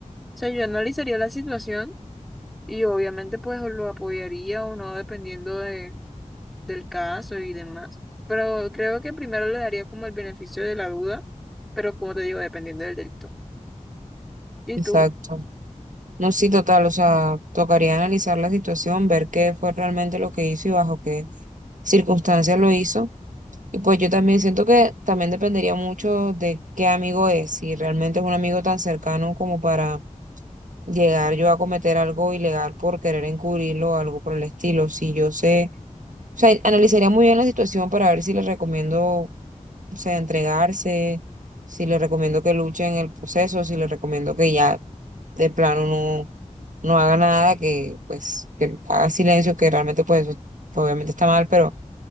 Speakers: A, in the centre; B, on the right.
A: O sea, yo analizaría la situación y obviamente pues o lo apoyaría o no dependiendo de, del caso y demás. Pero creo que primero le daría como el beneficio de la duda, pero como te digo, dependiendo del delito. ¿Y
B: exacto.
A: tú?
B: No, sí, total, o sea, tocaría analizar la situación, ver qué fue realmente lo que hizo y bajo qué circunstancias lo hizo. Y pues yo también siento que también dependería mucho de qué amigo es, si realmente es un amigo tan cercano como para llegar yo a cometer algo ilegal por querer encubrirlo o algo por el estilo. Si yo sé, o sea, analizaría muy bien la situación para ver si le recomiendo, o sea, entregarse, si le recomiendo que luche en el proceso, si le recomiendo que ya de plano no, no haga nada, que pues que haga silencio, que realmente pues eso obviamente está mal, pero